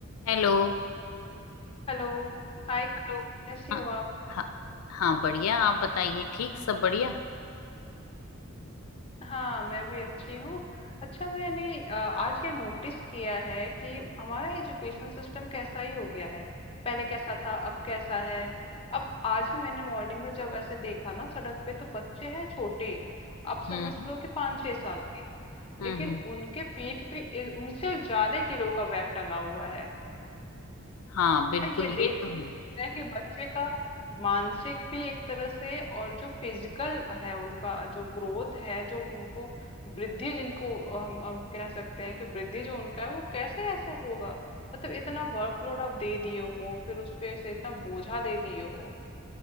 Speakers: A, on the left; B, on the left.
A: Hello
B: Hello Hi कैसी
A: Hello हाँ
B: हो आप
A: हाँ हाँ, बढ़िया आप बताइए ठीक सब बढ़िया
B: हाँ मैं भी अच्छी हूँ अच्छा मैंने अ, आज ये नोटिस किया है कि हमारा एजुकेशन सिस्टम कैसा ही हो गया है पहले कैसा था अब कैसा है अब आज ही मैंने मॉर्निंग में जब ऐसे देखा ना सड़क पे तो बच्चे हैं छोटे आप
A: हम्म
B: समझ लो कि पाँच छह साल के
A: हम्म
B: लेकिन
A: हम्म
B: उनके पीठ पे इ- उनसे ज्यादा किलो का बैग टंगा हुआ है
A: हाँ बिल्कुल
B: हाँ, ये देख
A: ये
B: के
A: तो
B: मुझे
A: है
B: लग रहा है कि बच्चे का मानसिक भी एक तरह से और जो फिजिकल है उनका जो ग्रोथ है जो उनको वृद्धि जिनको हम हम कह सकते हैं कि वृद्धि जो उनका है वो कैसे ऐसे होगा मतलब इतना वर्कलोड आप दे दिए हो फिर उस पे ऐसे इतना बोझा दे दिए हो